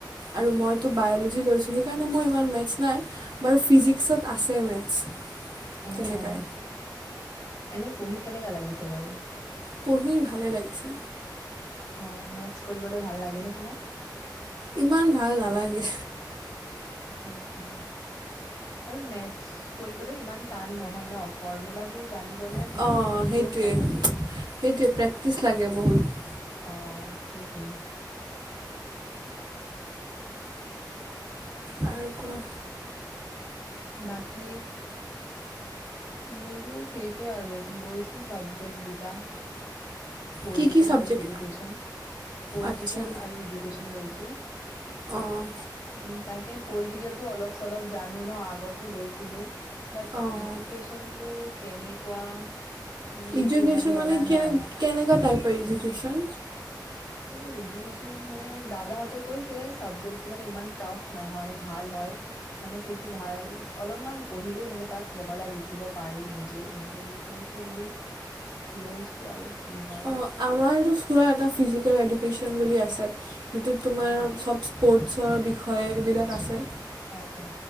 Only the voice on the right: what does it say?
আৰু মইতো বায়'লজি লৈছোঁ সেইকাৰণে মোৰ ইমান মেথছ নাই বাৰু ফিজিক্সত আছে মেথছ।
তেনেকাই
পঢ়ি ভালে লাগিছে।
ইমান ভাল নালাগে!
অ',
সেইটোৱে
সেইটোৱে প্ৰেক্টিচ লাগে বহুত
আৰু কোৱা।
কি কি চাবজেক্ট
আচ্ছা
অ',
অ'।
ইডুকেশ্যন
মানে কেনে
কেনেকুৱা টাইপৰ এজুকেশ্যন।
অ আমাৰ খৰা এটা ফিজিকেল এডুকেশ্যন বুলি আছে। সেইটোত তোমাৰ
চব স্পৰ্টছৰ বিষয় এইবিলাক আছে